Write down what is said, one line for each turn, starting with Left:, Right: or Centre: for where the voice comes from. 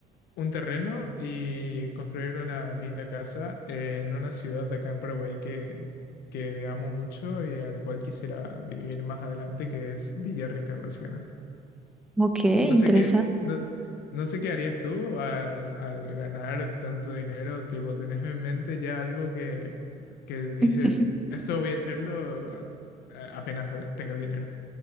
Left: un terreno y construir una linda casa en una ciudad de acá en Paraguay que, que amo mucho y al cual quisiera vivir más adelante, que es Villarrica, básicamente.
Centre: Ok, interesante.
Left: No sé qué, no, no sé qué harías tú al, al ganar tanto dinero, tipo, ¿tenés en mente ya algo que, que dices,
Centre: <laughs>
Left: esto voy a hacerlo a- a- apenas tenga el dinero?